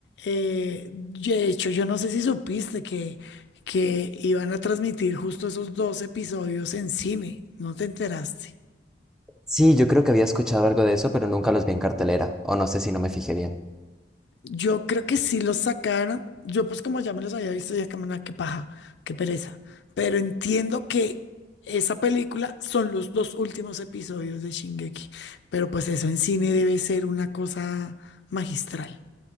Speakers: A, on the left; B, in the centre.
A: eh, yo- de hecho, yo no sé si supiste que, que iban a transmitir justo esos dos episodios en cine, ¿no te enteraste?
B: Sí, yo creo que había escuchado algo de eso, pero nunca los vi en cartelera, o no sé si no me fijé bien.
A: Yo creo que sí los sacaron, yo pues como ya me los había visto, ya como, "Nah, qué paja, qué pereza, pero entiendo que esa película son los dos últimos episodios de Shingeki, pero pues eso en cine debe ser una cosa magistral.